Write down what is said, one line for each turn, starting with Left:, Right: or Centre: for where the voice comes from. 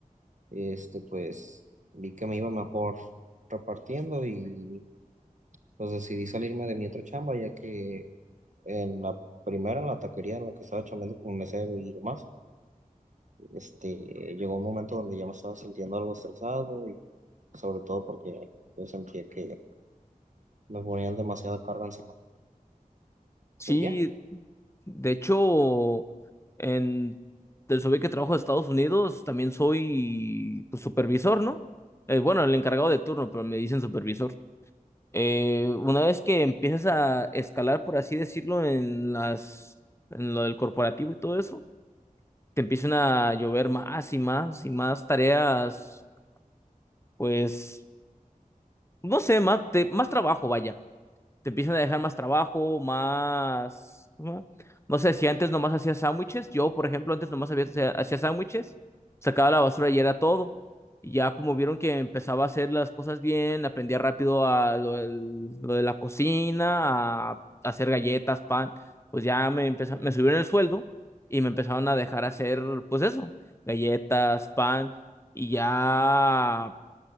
Right: este, pues vi que me iba mejor repartiendo y pues decidí salirme de mi otra chamba, ya que en la primera, en la taquería en la que estaba chambeando como mesero y demás, este, llegó un momento donde ya me estaba sintiendo algo estresado y sobre todo porque yo sentía que me ponían demasiada carga encima.
Left: Sí,
Right: Pues ya.
Left: de hecho, en del SOBI que trabajo de Estados Unidos, también soy pues, supervisor, ¿no? Eh, bueno, el encargado de turno, pero me dicen supervisor. Eh, una vez que empiezas a escalar, por así decirlo, en las, en lo del corporativo y todo eso, te empiezan a llover más y más y más tareas, pues, no sé, más, te- más trabajo, vaya te empiezan a dejar más trabajo, más... ¿no? No sé, si antes nomás hacía sándwiches, yo, por ejemplo, antes nomás había- hacía hacía sándwiches, sacaba la basura y era todo. Y ya como vieron que empezaba a hacer las cosas bien, aprendía rápido a lo, del- lo de la cocina, a hacer galletas, pan, pues ya me empezó, me subieron el sueldo y me empezaron a dejar hacer, pues eso, galletas, pan, y ya